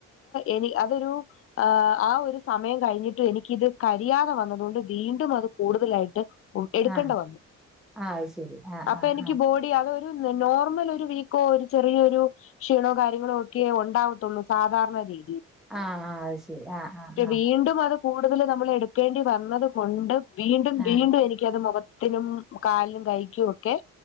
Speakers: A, on the left; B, in the centre.
A: എനി അതൊരു ആ ഒരു സമയം കഴിഞ്ഞിട്ട് എനിക്ക് ഇത് കരിയാതെ വന്നത് കൊണ്ട് വീണ്ടും അത് കൂടുതലായിട്ട് എടുക്കണ്ട
B: ആഹ്
A: വന്നു
B: ആഹ് അത് ശരി ആഹ്
A: അപ്പൊ
B: ആഹ്
A: എനിക്ക് ബോഡി അത് നോർമൽ ഒരു വീക്കോ ഒരു ചെറിയരു ക്ഷീണോ കാര്യങ്ങളോ ഒക്കെ ഉണ്ടാവത്തുള്ളൂ സാധാരണ രീ
B: ആ ആ അത് ശരി ആ ആ
A: വീണ്ടും അത് കൂടുതൽ നമ്മള് എടുക്കേണ്ടി വന്നത് കൊണ്ട് വീണ്ടും
B: ആഹ്
A: വീണ്ടും എനിക്കത് മുഖ ത്തിനും കാലിനും കയ്യ്ക്കും ഒക്കെ